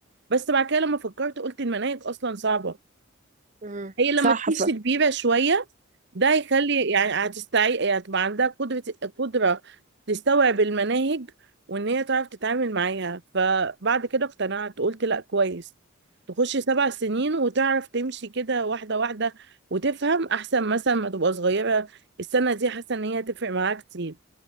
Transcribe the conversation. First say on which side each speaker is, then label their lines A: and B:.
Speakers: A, on the right; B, on the right.
A: بس بعد كده لما فكرت قلت المناهج اصلا صعبه
B: مم.
A: هي لما
B: صح
A: تخش
B: ف
A: كبيرة شوية ده هيخلي يعني هتستعي يعني هتبقى عندها قدرة قدرة تستوعب المناهج وان هي تعرف تتعامل معاها فبعد كده اقتنعت قلت لا كويس تخش سبع سنين وتعرف تمشي كده واحدة واحدة وتفهم احسن مثلا ما تبقى صغيرة السنة دي حاسة ان هي تفرق معاها كتير